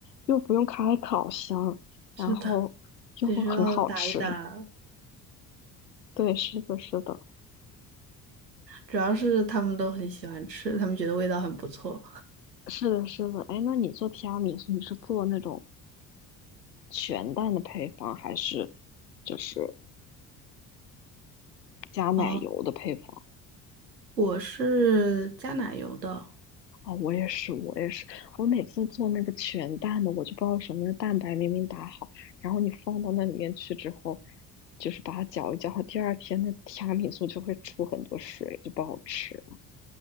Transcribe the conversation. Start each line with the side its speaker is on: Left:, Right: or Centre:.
Left: 又不用开烤箱，
Right: 是的，
Left: 然后又很好吃。
Right: 只需要打一打，
Left: 对，是的，是的，
Right: 主要是他们都很喜欢吃，他们觉得味道很不错。
Left: 是的，是的。哎，那你做提拉米苏，你是做那种全蛋的配方，还是就是加奶油的配方？
Right: 哦，我是加奶油的
Left: 哦，我也是，我也是，我每次做那个全蛋的，我就不知道为什么，那蛋白明明打好，然后你放到那里面去之后，就是把它搅一搅，第二天那提拉米苏就会出很多水，就不好吃了